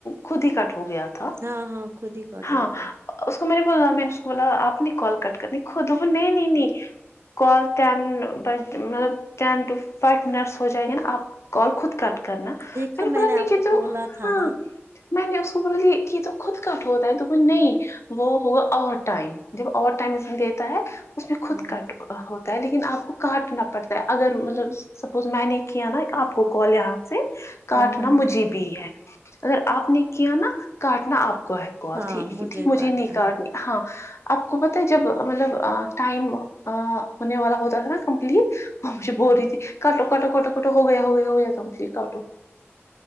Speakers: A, on the left; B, on the right.
A: خود ہی کٹ ہو گیا تھا
B: ہاں ہاں خود ہی کٹ
A: ہاں
B: ہو گیا
A: اس کو میں نے بولا میں نے اس کو بولا آپ نے کال کٹ کرنی خود نہیں نہیں نہیں کال ٹین بج مطلب ٹین ٹو فائیو منٹس ہو جائیں گے نا آپ کال خود کٹ کرنا
B: دیکھا
A: مینے
B: میں
A: بولا
B: نے آپ
A: نچے
B: کو
A: تو
B: بولا تھا
A: ہاں
B: نا
A: میں نے اس کو بولی یہ تو خود کاٹ ہوتا ہے تو بولی نہیں وہ ہوگا اور ٹائم جب اور ٹائم انگ دیتا ہے اس میں خود
B: ہاں
A: کٹ ہو ہوتا ہے لیکن آپ کو کاٹنا پڑتا ہے اگر مطلب سپوز میں نے کیا نا آپ کو کال یہاں سے کاٹنا
B: ہاں ہاں ہاں
A: مجھے بھی ہے اگر آپ نے کیا نا کاٹنا آپ کو ہے کال
B: ہاں
A: ٹھیک یک مجھے
B: کاٹنا
A: نہیں کاٹنی
B: ہے ہوں
A: ہاں آپ کو پتا ہے جب مطلب ٹائم ہونے والا ہوتا تھا نا کمپلیٹ وہ مجھے بول رہی تھی کٹو کٹو کٹو کٹو ہو گیا ہو گیا ہو گیا کمپلیٹ کاٹو